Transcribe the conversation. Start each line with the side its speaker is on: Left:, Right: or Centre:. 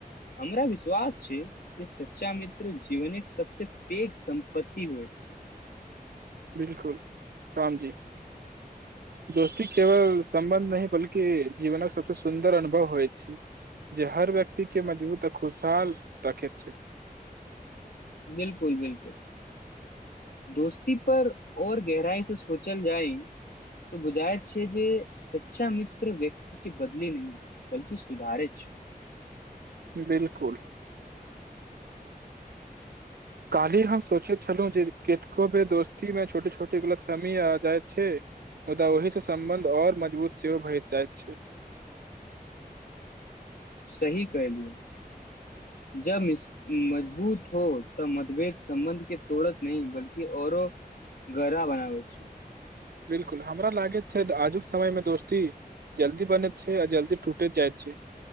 Left: हमरा विश्वास छै जे सच्चा मित्र जीवन एक सबसे पैघ संपत्ति होइ अच्छा
Right: बिल्कुल राम जी
Left: <inaudible>
Right: दोस्ती केवल सम्बन्ध नहि बल्कि जीवनक सबसे सुन्दर अनुभव होइत जे हर व्यक्ति के मजबूत आ खुशहाल राखेत छै
Left: बिल्कुल बिल्कुल दोस्त ई पर और गहराइ से सोचल जाइ त बुझाय छै जे सच्चा मित्र व्यक्ति बदलि नहि बल्की सुधारे छै <inaudible>
Right: बिल्कुल काल्हि हम सोचैत छलहुँ जे केतको भ दोस्ती मे छोटे छोटे गलतफैमी आ जाइत छै मुदा ओहिसँ सम्बन्ध आओर मजबूत सेहो भइ जाइत छै
Left: सही कहेली जब मजबूत हो तऽ मतभेद संबन्ध के तोड़त नहि बल्कि औरो घरा बनाबै छै
Right: बिलकुल हमरा लागैत छै आजुक समय मे दोस्ती जल्दी बनैत छै आ जल्दी टूटैत जाइत छै